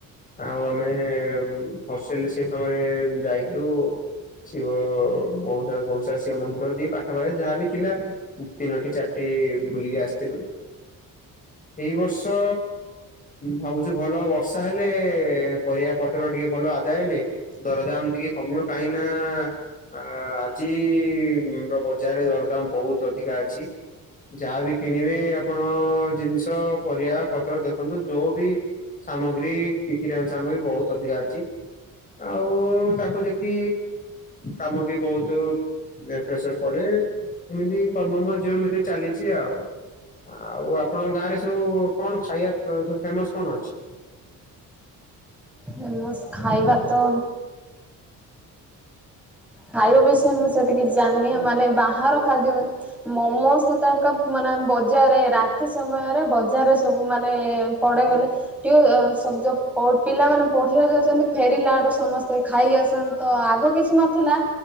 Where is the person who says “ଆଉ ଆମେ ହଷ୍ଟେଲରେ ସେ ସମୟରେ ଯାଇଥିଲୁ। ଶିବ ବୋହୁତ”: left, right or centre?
Left